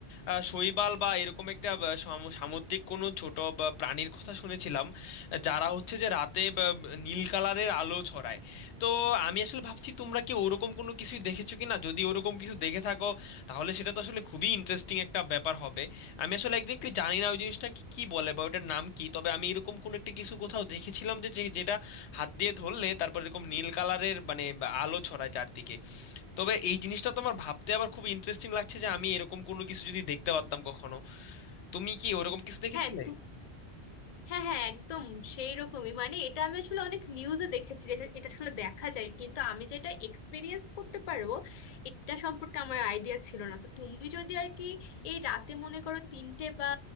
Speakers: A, on the left; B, on the left.
A: আহ, শৈবাল বা এরকম একটা আহ, সামু- সামুদ্রিক কোনো ছোট বা প্রাণীর কথা শুনেছিলাম আহ, যারা হচ্ছে যে রাতে বা, নীল কালারের আলো ছড়ায় তো আমি আসলে ভাবছি তোমরা কি ওরকম কোনো কিছুই দেখেছো কিনা যদি ওরকম কিছু দেখে থাকো তাহলে সেটা তো আসলে খুবই ইন্টারেস্টিং একটা ব্যাপার হবে আমি আসলে একজাক্টলি জানি না ওই জিনিসটাকে কি বলে বা ওটার নাম কি তবে আমি এরকম কোনো একটা কিছু কোথাও দেখেছিলাম যে যে- যেটা হাত দিয়ে ধরলে তারপর এরকম নীল কালারের মানে বা আলো ছড়ায় চারদিকে তবে এই জিনিসটা তো আমার ভাবতে আবার খুব ইন্টারেস্টিং লাগছে যে আমি এরকম কোনো কিছু যদি দেখতে পারতাম কখনো তুমি কি ওরকম কিছু দেখেছিলে
B: হ্যাঁ তু হ্যাঁ হ্যাঁ একদম সেই রকমই মানে এটা আমি আসলে অনেক নিউজে দেখেছি যেটা এটা আসলে দেখা যায় কিন্তু আমি যেটা এক্সপিরিয়েন্স করতে পারবো এটা সম্পর্কে আমার আইডিয়া ছিল না তো তুমি যদি আর কি এই রাতে মনে করো তিনটে বা